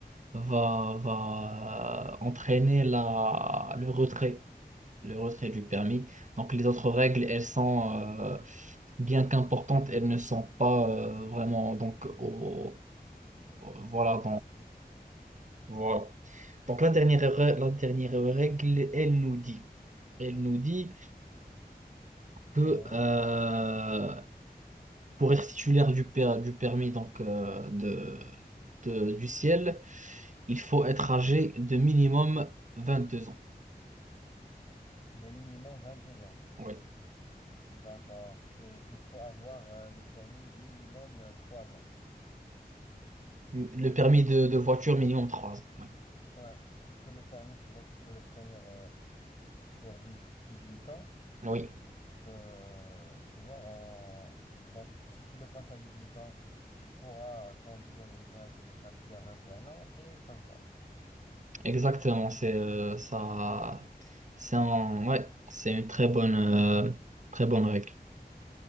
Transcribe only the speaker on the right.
va, va entraîner la, le retrait, le retrait du permis. Donc, les autres règles, elles sont, euh, bien qu'importantes, elles ne sont pas euh, vraiment donc au, au- voilà
voilà. Donc la dernière, re- la dernière règle, elle nous dit, elle nous dit que
euh, pour être titulaire du, per- du permis donc, euh, de, de- du ciel, il faut être âgé de minimum 22 ans.
Oui.
Le permis de, de voiture minimum 3 ans. Oui,
Oui,
exactement. C'est euh, ça. C'est un- ouais, c'est une très bonne, euh, très bonne règle.